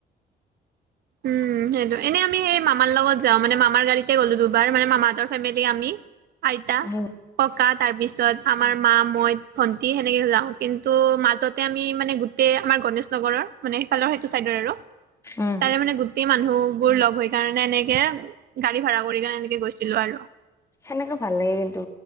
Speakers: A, on the right; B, on the left.
A: উম সেইটো, এনে আমি এই মামাৰ লগত যাওঁ, মানে মামাৰ গাড়ীতে গ'লো দুবাৰ মানে মামাহঁতৰ ফেমিলি আমি। আইতা
B: উম
A: ককা তাৰপিছত আমাৰ মা, মই, ভন্টি সেনেকে যাওঁ। কিন্তু মাজতে আমি মানে তে আমাৰ গণেশ নগৰৰ মানে সিফালৰ সেইটো চাইডৰ আৰু।
B: উম
A: তাৰে মানে গোটেই মানুহ বোৰ লগ হৈ কাৰণে এনেকে গাড়ী ভাড়া কৰি কাৰণে এনেকে গৈছিলো আৰু।
B: এনেকে ভাল লাগে কিন্তু